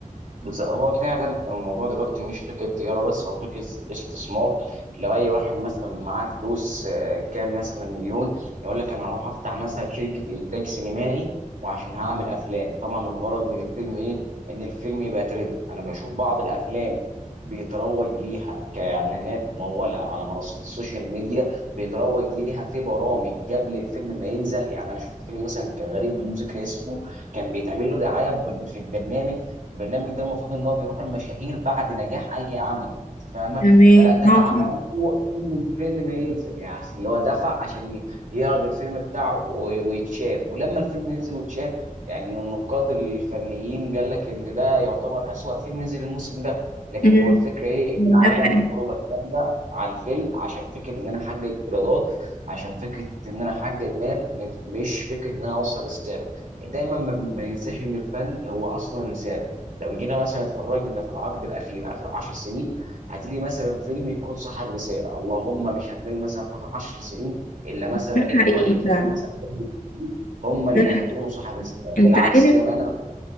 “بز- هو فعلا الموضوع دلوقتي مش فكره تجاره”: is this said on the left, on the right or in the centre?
Right